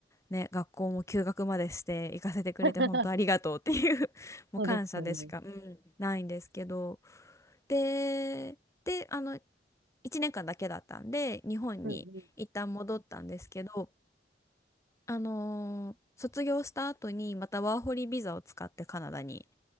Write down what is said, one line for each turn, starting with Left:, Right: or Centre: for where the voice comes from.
Left: ね、学校も休学までして行かせてくれて本当ありがとうっていう
Right: <laughs>
Left: <laughs> もう感謝でしかうんないんですけど
Right: そうですよね。
Left: で、であの1年間だけだったんで日本に一旦戻ったんですけど、
Right: うんうん。
Left: あのー卒業した後にまたワーホリビザを使ってカナダに